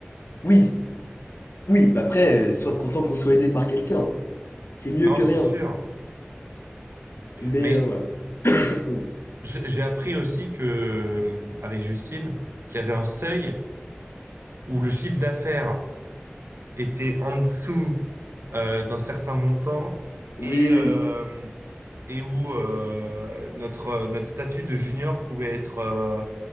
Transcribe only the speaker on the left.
Oui, oui, bah après, euh, sois content qu'on soit aidé par quelqu'un. C'est mieux
que
rien.
Mais
euh, voilà. Vas-y.
Oui,
oui.